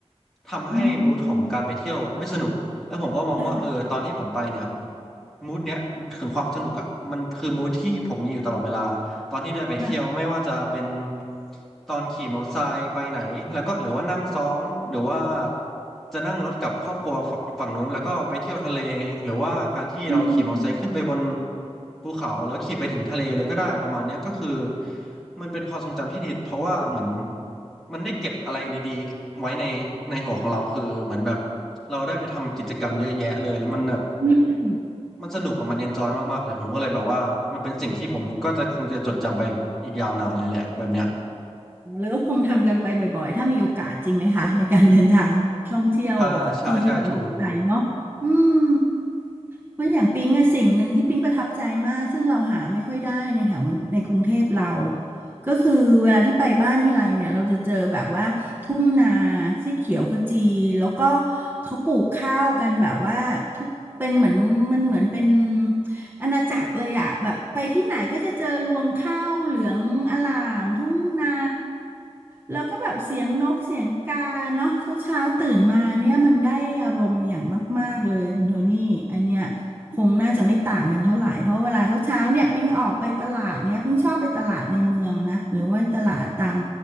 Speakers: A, in the centre; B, on the right (about 20°).
A: ทำให้มูดของการไปเที่ยวไม่สนุกแล้วผมก็มองว่าเออตอนที่ผมไปเนี่ย
B: อืมใช่
A: มูดเนี้ยถึงความสนุกอ่ะมันคือมูดที่ผมมีอยู่ตลอดเวลา ตอนที่ได้ไปเที่ยวไม่ว่าจะเป็น
B: ค่ะ
A: ตอนขี่มอเตอร์ไซค์ไปไหนแล้วก็หรือว่านั่งซ้อนหรือว่าจะนั่งรถกับครอบครัวฝั่งฝั่งนู้นแล้วก็ไปเที่ยวทะเลหรือว่าการที่เราขี่มอเตอร์ไซค์ขึ้นไปบน
B: อืม
A: ภูเขาแล้วขี่ไปถึงทะเลเลยก็ได้ประมาณเนี้ยก็คือมันเป็นความทรงจำที่ดีเพราะว่าเหมือนมันได้เก็บอะไรดีๆไว้ในในหัวของเราคือเหมือนแบบเราได้ไปทำกิจกรรมเยอะแยะเลยแล้วมันแบบ
B: อืม
A: มันสนุกกับมันเอนจอยมากๆเลยผมก็เลยแบบว่ามันเป็นสิ่งที่ผมก็จะคงจะจดจำไปอีกยาวนานเลยแหละแบบเนี้ย
B: แล้วก็คงทำกันไปบ่อยๆ ถ้ามีโอกาสจริงไหมคะในการเดินทางท่องเที่ยวกับที่ที่เราประทับใจเนาะอืม
A: ใช่ใช่ใช่ถูก
B: เพราะอย่างปิ๊งอะสิ่งหนึ่งที่ปิ๊งประทับใจมากซึ่งเราหาไม่ค่อยได้ในแถวในกรุงเทพเราก็คือเวลาที่ไปบ้านทีไรเนี่ยเราจะเจอแบบว่าทุ่งนาสีเขียวขจีแล้วก็เขาปลูกข้าวกันแบบว่าทุกเป็นเหมือนมันเหมือนเป็นอาณาจักรเลยอะแบบไปที่ไหนก็จะเจอรวงข้าวเหลืองอลามทุ่งนาแล้วก็แบบเสียงนกเสียงกาเนาะเช้าเช้าตื่นมาเนี่ยมันได้อารมณ์อย่างมากๆเลยคุณโทนี่อันเนี้ย คงน่าจะไม่ต่างกันเท่าไหร่ เพราะเวลาเช้าเช้าเนี่ยปิ๊งออกไปตลาดเนี่ยปิ๊งชอบไปตลาดในเมืองนะหรือว่าตลาดตาม